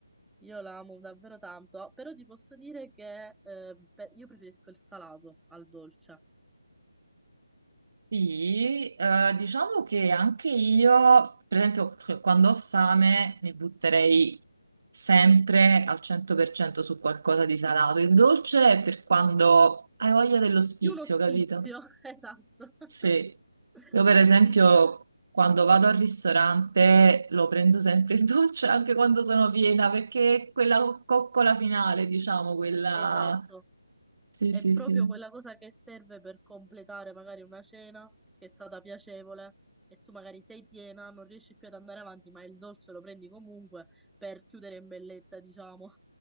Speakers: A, in the centre; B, on the right.
A: io la amo davvero tanto, Ah, però ti posso dire che eh, pe- io preferisco il salato al dolce,
B: Sì, eh, diciamo che anche io, per esempio, cioè, quando ho fame mi butterei sempre al 100% su qualcosa di salato. Il dolce è per quando hai voglia dello spizio,
A: più uno sfizio,
B: capito?
A: <laughs> esatto,
B: Sì.
A: <laughs>
B: Io per esempio
A: sì, sì, sì,
B: quando vado al ristorante lo prendo sempre il dolce anche quando sono piena, perché è quella coccola finale, diciamo, quella...
A: esatto,
B: Sì,
A: è
B: sì,
A: proprio
B: sì.
A: quella cosa che serve per completare magari una cena che è stata piacevole e tu magari sei piena, non riesci più ad andare avanti, ma il dolce lo prendi comunque per chiudere in bellezza, diciamo.